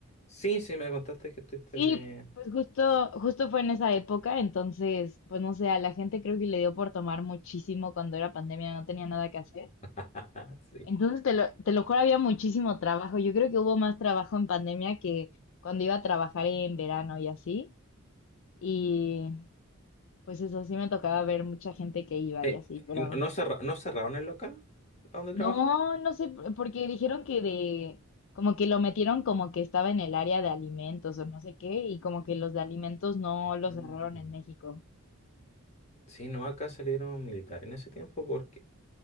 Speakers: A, on the left; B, on the left.
A: Sí, sí, me contaste que estuviste
B: Sí,
A: de...
B: pues justo, justo fue en esa época, entonces, pues no sé, a la gente creo que le dio por tomar muchísimo cuando era pandemia, no tenía nada que hacer.
A: <laughs> Sí.
B: Entonces, te lo, te lo juro, había muchísimo trabajo. Yo creo que hubo más trabajo en pandemia que cuando iba a trabajar en verano y así. Y pues eso, sí me tocaba ver mucha gente que iba
A: Eh,
B: y así,
A: eh,
B: pero
A: ¿no cerra- no cerraron el local donde
B: no,
A: trabajaba?
B: no sé, porque dijeron que de, como que lo metieron como que estaba en el área de alimentos o no sé qué, y como que los de alimentos no los
A: Mm.
B: cerraron en México.
A: Sí, no, acá salieron militares en ese tiempo porque